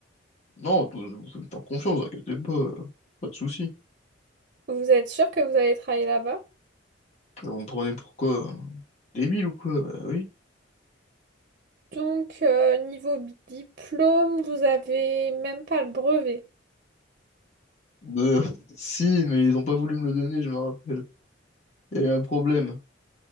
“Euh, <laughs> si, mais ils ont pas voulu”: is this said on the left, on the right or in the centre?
Left